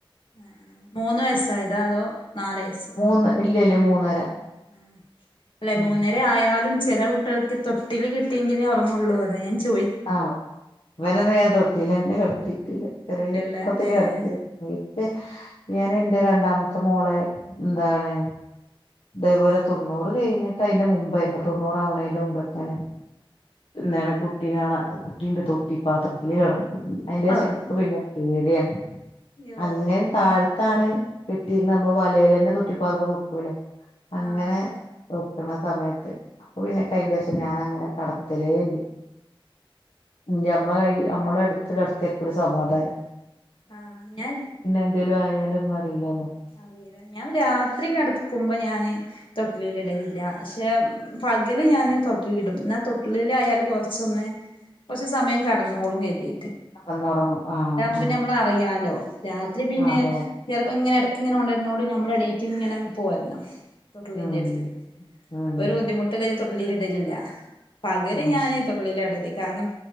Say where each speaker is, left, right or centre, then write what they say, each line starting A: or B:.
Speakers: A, on the left (about 65°); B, on the left (about 80°).
A: ആ ആ മൂന്ന് വയസായതാ അതോ നാല് വയസോ
B: മൂന്ന് ഇല്ലല്ല മൂന്നര
A: മ്മ് ആ അല്ല
B: ഉം
A: മൂന്നരേ ആയ് ആയാലും ചെല കുട്ട്യൾക്ക് തൊട്ടില് കിടിയെങ്കിലെ ഒർങ്ങോള്ളു അതാ ഞാൻ ചോ
B: ആ വനെന്നാ ഞാൻ തൊട്ടീലെന്നെ കെട ത്തീട്ടില്ല ചെറ്പ്പത്തില്
A: ഇല്ലല്ല ഏഹ്
B: കെടത്തിയാ <unintelligible> ന്റെ രണ്ടാമത്തെ മോളെ ന്താണ് ദെപോലെ തൊണ്ണൂറ് കഴിഞ്ഞിട്ട അയിൻ്റെ മുമ്പെനിയൊ തൊണ്ണൂറാവണേന്റെ മുമ്പതന്നെ <unintelligible> കുട്ടിണ്ട് തൊട്ടിപാത്രത്തില് കെട അയിൻ്റേഷം
A: അള്ളാ
B: ഇക്ക് പിന്നെ പേടിയാണ്
A: യ്യോ
B: അങ്ങനെ താഴെ ത്താണ് കെട്ടീ ങ്ങനാവുമ്പൊ വലേലെന്നെ തൊട്ടി പാത്രം മുട് പോവുലെ അങ്ങനെ
A: ആഹ് ആഹ്
B: ഒ ക്കുന്ന സമയത്ത് അപ്പം പിന്നെ ക്ക് അയിൻ്റേഷം ഞാനങ്ങനെ കടത് തലേ ല്ല ൻ്റെ അമ്മളെ കയ് അമ്മളെട്ത്ത് കട്ത്തിയാ ഇക്കൊരു സമാദാന
A: ആ ഞൻ
B: എന്തേലും ആയാലൊന്നും
A: മ്മ്
B: അറിയില്ലല്ലോ
A: അറീല ഞാൻ രാത്രി കെടക്കുമ്പോ ഞാന് തൊട്ടിലീല് ഇടല് ല്ല ല്ല പക്ഷെ പകല് ഞാന് തൊട്ടിലീടും ന്നാ തൊട്ടിലീലായാല് കൊറച്ചൊന്ന് കൊർച്ച് സമയം കടന്നോളും കര്തി
B: കടന്നൊറങ്ങും ആ അ
A: അപ്പം ഞമ്മളറിയാലോ രാത്രി പിന്നെ
B: അതെ അതെ
A: ചെലപ്പം ഇങ്ങനെട് ക്ക്ങ്ങനെ ഒണര്ണോണ്ട് നമ്മളെണീറ്റ്ങ്ങനെ പോര്ണം തൊട്ട്ലിന്റെട്ത്ത്
B: ഉം ഉം
A: അപ്പൊരു ബുദ്ധിമുട്ട് കഴിഞ്ഞ് തൊട് തൊട്ളീല് ഇടലില്ല പകല്
B: ഉം
A: ഞാന് തൊട്ട്ലീലാടല് കാരണം